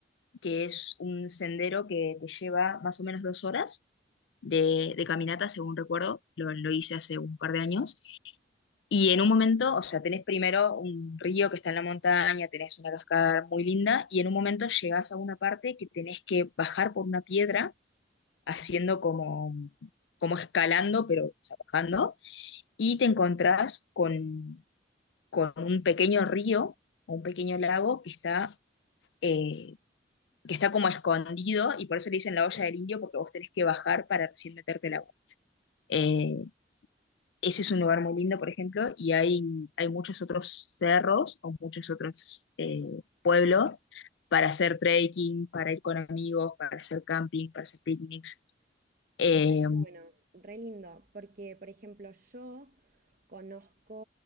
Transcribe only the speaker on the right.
Mirá que bueno, re lindo, porque por ejemplo yo conozco